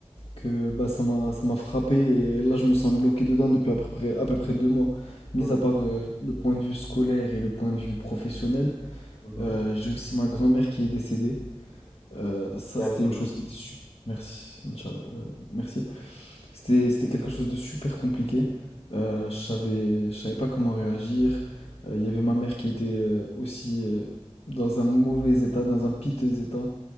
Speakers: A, on the left; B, on the left.
A: que bah, ça m'a, ça m'a frappé et là, je me sens bloqué dedans depuis à peu près, à peu près deux mois. Mis
B: Ok.
A: à part euh, le point de vue scolaire et le point de vue professionnel,
B: Mhm.
A: euh, j'ai aussi ma grand-mère qui est décédée. Euh, ça,
B: à
A: c'était
B: son
A: une
B: âme.
A: chose qui était super. Merci, Inch'Allah. Euh, Merci. C'était, c'était quelque chose de super compliqué. Euh, je savais, je savais pas comment réagir. Euh, Il y avait ma mère qui était euh, aussi euh, dans un mauvais état, dans un piteux état.